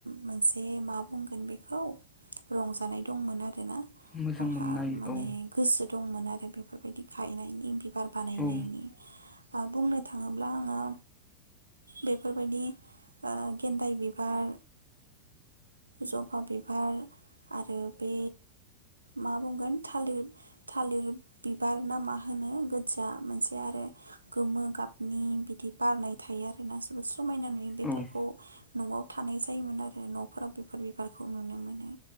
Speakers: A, on the right; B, on the left.
A: मोनसे मा बुंगोन बेखौ रंजानाय दंमोन आरोना
B: मोजां
A: आंहा
B: मोननाय
A: माने
B: औ
A: गोसो दंमोन आरो बे बेफोरबायदि गायनायनि बिबार बानायनायनि
B: औ
A: बुंनो थाङोब्ला आङो बेफोरबायदि ओ गेन्दाय बिबार जबा बिबार आरो बे मा बुंगोन थालिर थालिर बिबार ना मा होनो गोजा मोनसे आरो गोमो गाबनि बिदि बारनाय थायो आरोना जोबोद समायना नुयो बेफोरखौ
B: औ
A: न'आव थानाय जायोमोन आरो न'फोराव बेफोर बिबारखौ नुनो मोनो